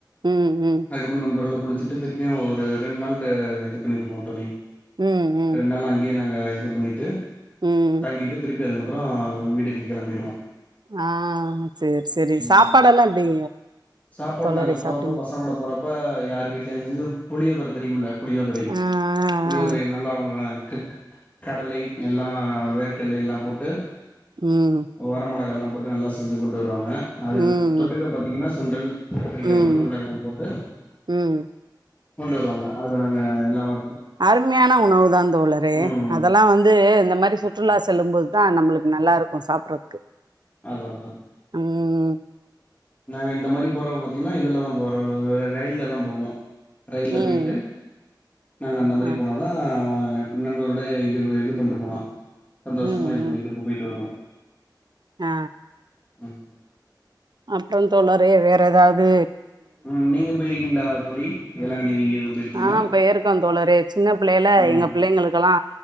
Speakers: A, on the right (about 65°); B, on the left (about 20°).
A: ம்
B: அதுக்கப்பற நண்பர்களோட குளிச்சிட்டு திருப்பியு ஒரு ரெண்டு நாள்ட்ட இது பண்ணிருப்போ தோழி
A: ம் ம் ம்
B: ரெண்டு நாள் அங்கயே நாங்க ஆ இது பண்ணிட்டு
A: ம்
B: தங்கிட்டு திருப்பி அதுக்கப் அப்பறோ வீட்டுக்கு கெளம்பிருவோ
A: ஆ சேர் சேரி சாப்பாடெல்லா
B: ம்
A: எப்டி
B: சாப்பாடு
A: தோழரே
B: நாங்க
A: சாப்ட்டீங்க
B: போறப்போ பசங்களுட போறப் ப்ப யார் வீட் ல்ல இந்த புளியோதர தெரியும்ல புளியோதரை
A: ஆ ஆ
B: புளியோதரை
A: ஆ
B: நல்லா அவுங்க க் கு கடலை எல்லா வேர்கல்லையெல்லா போட்டு
A: ம்
B: வர மொளகால்லா போட்டு நல்லா செஞ்சி கொண்டு வருவாங்க அதுக்கு
A: ம்
B: தொட்டுக்க பாத்தீங்கன்னா சுண்டல் கத்திரிக்கா
A: ம்
B: போட்டு உருளக்கழங்கு போட்டு
A: ம்
B: கொண்டு வருவாங்க அத நாங்க எல்லாரு
A: அருமையான உணவு தா தோழரே
B: ம்
A: அதெல்லா வந்து இந்த மாரி சுற்றுலா செல்லும் போதுதா நம்மளுக் நல்லாருக்கு சாப்புறதுக்கு
B: அதா அதா
A: ம்
B: நாங்க இந்த மாரி போறத பாத்தீங்கன்னா இதுலதா போறது ரயில்ல தா போவோ ரயில்ல
A: ம்
B: போயிட்டு நாங்க அந்த மாரி
A: ஆ
B: போன தா அவ அ பின் நண்பர்களோட இது இது பண்ட்டு போலா சந்தோஷம
A: ம்
B: இது
A: ம்
B: பண்ணிட்டு போ போயிட்டு வருவோ
A: ஆ
B: ம்
A: அப்றோ தோழரே வேற ஏதாவுது
B: ம் நீங்க போயிருக்கீங்களா தோழி வேளாங்கண்ணி நீங்க எதுவு போயிருக்கீங்களா
A: அ பெய்ருக்கோ தோழரே சின்ன புள்ளேல
B: ம்
A: எங்க புள்ளைங்களுக்கெல்லா